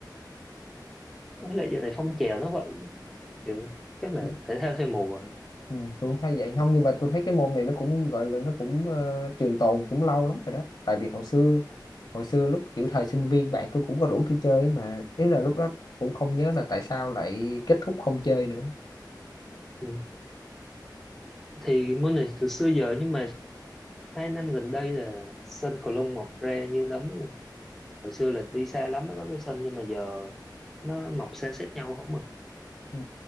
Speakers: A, in the centre; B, on the left.
A: với lại giờ này phong trào nó vậy kiểu chắc là
B: ừ
A: thể thao theo mùa
B: Ừ, tôi cũng thấy vậy không nhưng mà tôi thấy cái môn này nó cũng gọi là nó cũng ờ, trường tồn cũng lâu lắm rồi đó tại vì hồi xưa hồi xưa lúc kiểu thời sinh viên bạn tôi cũng có rủ tôi chơi ấy mà ý là lúc đó cũng không nhớ là tại sao lại kết thúc không chơi nữa
A: ừ. thì môn này từ xưa giờ nhưng mà hai năm gần đây là sân cầu lông mọc ra như nấm luôn hồi xưa là đi xa lắm mới có cái sân nhưng mà giờ nó mọc san sát nhau không à
B: ừ.